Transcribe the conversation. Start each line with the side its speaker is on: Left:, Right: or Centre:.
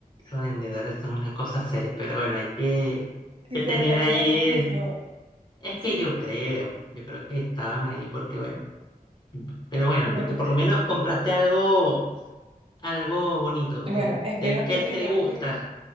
Left: Los vendedores son una cosa seria, pero bueno, hay que,
Right: Quizás
Left: que tener
Right: nadie
Left: ahí.
Right: más lo quiso.
Left: Es
Right: Sí,
Left: que yo creo, yo creo que estaban ahí porque bueno, pero bueno,
Right: bueno.
Left: eh, por lo menos compraste algo, algo bonito,
Right: Bueno,
Left: que
Right: espero
Left: te, que
Right: que,
Left: te
Right: espero
Left: gusta.
Right: que